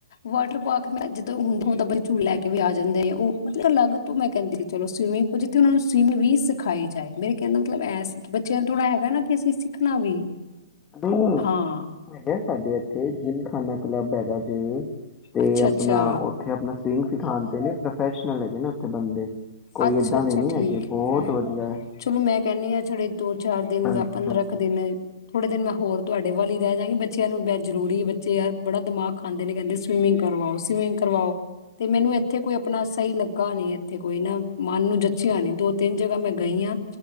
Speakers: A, on the left; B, on the left.
A: ਵਾਟਰ ਪਾਰਕ ਮੈਂ ਜਿੱਦੋਂ ਹੁੰਦਾ ਉਹ ਤਾਂ ਝੂਲ ਲੈ ਕੇ ਵੀ ਆ ਜਾਂਦੇ ਹੈ ਉਹ ਮਤਲਬ ਅਲੱਗ ਤੋਂ ਮੈਂ ਕਹਿੰਦੀ ਸੀ ਚਲੋ ਸਵੀਮਿੰਗ ਜਿੱਥੇ ਉਹ ਨੂੰ ਸਵਿਮ ਵੀ ਸਿਖਾਈ ਜਾਏ ਮੇਰੇ ਕਹਿਣ ਦਾ ਮਤਲਬ ਇਹ ਸੀ ਕਿ ਬੱਚਿਆਂ ਨੂੰ ਥੋੜ੍ਹਾ ਹੈਗਾ ਨਾ ਅਸੀਂ ਸਿੱਖਣਾ ਵੀ
B: ਨਹੀਂ
A: ਹਾਂ
B: ਹੈਗਾ ਸਾਡੇ ਇੱਥੇ ਜਿੰਮ ਖਾਨਾ ਕਲੱਬ ਹੈ। <unintelligible> ਤੇ
A: ਅੱਛਾ
B: ਆਪਣਾ
A: ਅੱਛਾ
B: ਉੱਥੇ ਆਪਣਾ <unintelligible> ਸਿਖਾਂਦੇ ਨੇ। ਨਾਲ ਹੈਗੇ ਓਥੇ ਬੰਦੇ ਕੋਈ
A: ਅੱਛਾ
B: ਏਦਾਂ
A: ਅੱਛਾ
B: ਦੇ ਨਹੀਂ
A: ਠੀਕ
B: ਹੈਗੇ ਬਹੁਤ
A: ਹੈ
B: ਵਧੀਆ
A: ਚਲੋ ਮੈਂ ਕਹਿਣੀ ਆ ਜਿਹੜੇ ਦੋ ਚਾਰ ਦਿਨ
B: ਹਾਂਜੀ
A: ਪੰਦਰਾਂ
B: ਹਾਂਜੀ
A: ਦਿਨ ਥੋੜੇ ਦਿਨ ਮੈਂ ਹੋਰ ਤੁਹਾਡੇ ਵੱਲ ਹੀ ਰਹਿ ਜਾਂਗੀ ਬੱਚਿਆਂ ਨੂੰ ਬ ਜ਼ਰੂਰੀ ਬੱਚੇ ਯਾਰ ਬੜਾ ਦਿਮਾਗ ਖਾਂਦੇ ਨੇ ਕਹਿੰਦੇ ਸਵੀਮਿੰਗ ਕਰਵਾਓ ਸਵੀਮਿੰਗ ਕਰਵਾਓ ਤੇ ਮੈਨੂੰ ਇੱਥੇ ਕੋਈ ਆਪਣਾ ਸਹੀ ਲੱਗਾ ਨੀ ਇੱਥੇ ਕੋਈ ਨਾ ਮਨ ਨੂੰ ਜਚਿੱਆ ਨੀ ਦੋ ਤਿੰਨ ਜਗ੍ਹਾ ਮੈਂ ਗਈ ਹਾਂ